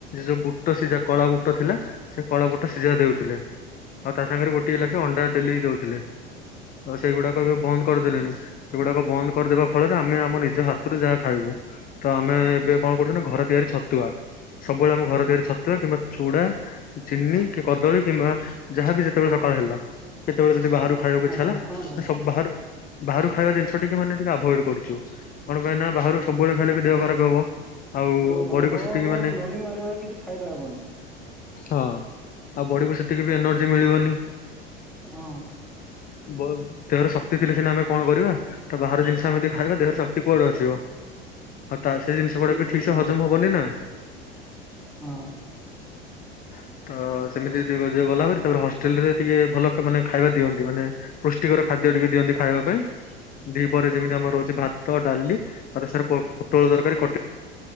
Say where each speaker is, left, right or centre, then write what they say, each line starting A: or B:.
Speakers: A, on the left; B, in the centre.
A: ଯୋଉ ବୁଟ ସିଝା କଳା ବୁଟ ଥିଲା ସେ କଳା ବୁଟ ସିଝା ଦେଉଥିଲେ। ଆଉ ତା ସାଙ୍ଗରେ ଗୋଟଏ
B: ଆଚ୍ଛା
A: ଲାଖେ
B: ଆଚ୍ଛା
A: ଅଣ୍ଡା ଡେଲି ଦଉଥିଲେ ଆଉ ସେଇଗୁଡାକ ଏବେ ବନ୍ଦ କରିଦେଲେଣି ସେଗୁଡାକ ବନ୍ଦ କରିଦେବା ଫଳରେ ଆମେ ଆମ ନିଜ ହାତରୁ ଯାହା ଖାଇବୁ ତ ଆମେ ଏବେ କଣ କରୁଛୁ ଘରେ ତିଆରି ଛତୁଆ ସବୁବେଳେ ଆମେ ଘର ତିଆରି ଛତୁଆ କିମ୍ବା ଚୁଡା, ଚିନି, କି କଦଳୀ କିମ୍ବା ଯାହାବି ଯେତେବେଳେ ସକାଳ ହେଲା କେତେବେଳେ ଯଦି ବାହାରକୁ ଖାଇବାକୁ ଇଚ୍ଛା
B: ଆଚ୍ଛା
A: ହେଲା
B: ହଁ ଭାଇ
A: ସବୁ ବାହାରୁ ବାହାରୁ ଖାଇବା ଜିନିଷ ଟିକେ ମାନେ ଟିକେ ଆଭଏଡ କରୁଛୁ କଣ ପାଇଁ ନା ବାହାରୁ
B: ଆଚ୍ଛା।
A: ସବୁବେଳେ ଖାଇଲେ ବି ଦେହ ଖରାପ୍ ହବ। ଆଉ
B: ଦେହ ଖରାପ
A: ବଡିକୁ
B: ହବ
A: ସେତିକି
B: ଏବଂ
A: ମାନେ
B: ରନିଂ ମାରିବାର କିଛି ଫାଇଦା ହବନି।
A: ହଁ ଆଉ ବଡିକୁ ସେତିକି ବି ଏନର୍ଜି ମିଳିବନି।
B: ହଁ।
A: ବହୁତୁ ଦେହର ଶକ୍ତି ଥିଲେ ସିନା ଆମେ କଣ କରିବା ତ ବାହାର ଜିନିଷ ଆମେ ଯଦି ଖାଇବା ଦେହର ଶକ୍ତି କୁଆଡୁ ଆସିବ। ହଉ ତାର ସେ ଜିନିଷଗୁଡା
B: ଠିକ
A: ବି
B: ଠିକ
A: ଠିକ୍ ସେ
B: କହିଲେ
A: ହଜମ ହବନି ନା।
B: ହଁ।
A: <unintelligible> ତ ସେମିତି ଯଦି ଗଲା ପରେ ତାପରେ ହଷ୍ଟେଲ ରେ ଟିକେ ଭଲ ମାନେ ଖାଇବା ଦିଅନ୍ତି ମାନେ ପୁଷ୍ଟିକର ଖାଦ୍ୟ ଟିକେ ଦିଅନ୍ତି ଖାଇବା ପାଇଁ ଦି ପରେ ଯେମିତି ଆମର ରହୁଛି ଭାତ ଡାଲି ସରି ସାର୍ ପୋଟଳ ତରକାରୀ କଟା।